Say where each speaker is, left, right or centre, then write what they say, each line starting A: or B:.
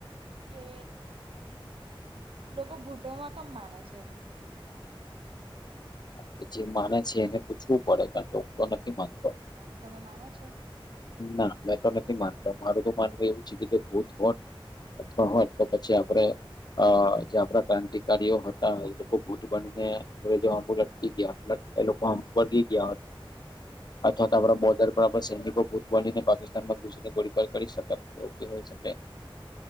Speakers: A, on the right; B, on the left.
A: કે લોકો ભૂટોમાં કેમ માણે છે?
B: કે જે માને છે એને પૂછવું પડે કારણ કે હું તો નથી માનતો.
A: હા તો તમે માનો છો?
B: ના મેં તો નથી માનતા મારું તો માનવું એવું છે કે જો ભૂત હોત અથવા હોત તો પછી આપડે અ જે આપણા ક્રાંતિકારીઓ હતા એ લોકો ભૂત બનીને <unintelligible> લટકી ગીયા એ લોકો આમ ભાગી ગયા હોત અથવા ત આપડા બોર્ડર પર સૈનિકો ભૂત બનીને પાકિસ્તાનમાં ઘુસીને ગોળબાર કરી શકાત એવ હોય શકે.